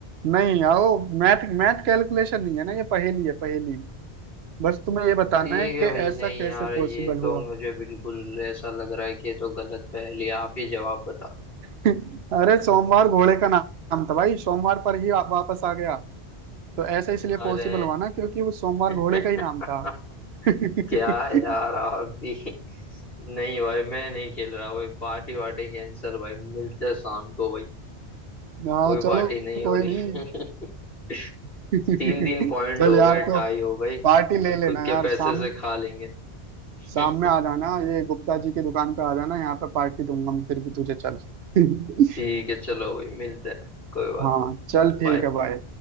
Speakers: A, on the right (about 70°); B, on the left (about 60°).
A: नहीं आओ मैथ मैथ कैलकुलेशन नहीं है ना ये पहेली है पहेली बस तुम्हें ये बताना
B: ठीक
A: है कि
B: है भाई
A: ऐसा
B: नहीं
A: कैसे
B: यार ये
A: पॉसिबल हुआ
B: तो मुझे बिल्कुल ऐसा लग रहा है कि ये तो गलत पहेली आप ही जवाब बता दो
A: <laughs> अरे सोमवार घोड़े का नाम था भाई सोमवार पर ही आप वापस आ गया तो ऐसा इसलिए
B: अरे
A: पॉसिबल हुआ ना क्योंकि वो सोमवार
B: <laughs>
A: घोड़े का ही नाम था <laughs>
B: क्या यार आप भी नहीं भाई मैं नहीं खेल रहा भाई पार्टी वार्टी कैंसिल भाई मिलते हैं शाम को भाई
A: हाँ
B: कोई पार्टी
A: चलो
B: नहीं हो
A: कोई
B: रही
A: नहीं
B: <laughs>
A: <laughs>
B: तीन तीन पॉइंट
A: चल
B: हो
A: यार
B: गए
A: तो
B: टाई हो गई
A: पार्टी
B: खुद
A: ले लेना
B: खुद के
A: यार
B: पैसे
A: शाम
B: से खा लेंगे <laughs>
A: शाम में आ जाना ये गुप्ता जी की दुकान पे आ जाना यहाँ पे पार्टी दूंगा मैं फिर भी तुझे चल <laughs>
B: ठीक है चलो भाई मिलते हैं कोई बात
A: हाँ
B: नहीं
A: चल ठीक
B: बाय
A: है भाई